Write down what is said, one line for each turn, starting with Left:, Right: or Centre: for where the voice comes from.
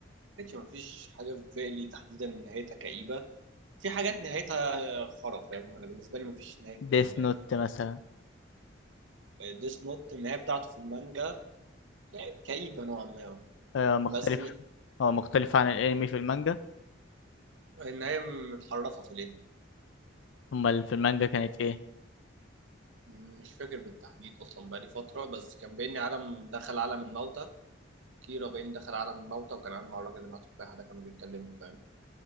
Right: كانش مفيش حاجه في بالي تحديدا إن نهايتها كئيبه في حاجات نهايتها خرف فاهم انا بالنسبه لي مفيش نهايه
Left: ديث
Right: كئيبه
Left: نوت
Right: يعني
Left: مثلا
Right: ديس نوت النهايه بتاعته في المانجا يعني كئيبه نوعا ما
Left: آه مختلف
Right: بس مش
Left: هو مختلف عن الانمي في المانجا
Right: النهاية متحرفة في الانمي
Left: امال في المانجا كانت ايه
Right: مش فاكر بالتحديد أصلا بقالي فترة بس كان بيني عالم دخل عالم الموتى كيرا بين دخل عالم الموتى وكان قاعد مع الراجل اللي مع التفاحة ده كانوا بيتكلموا فاهم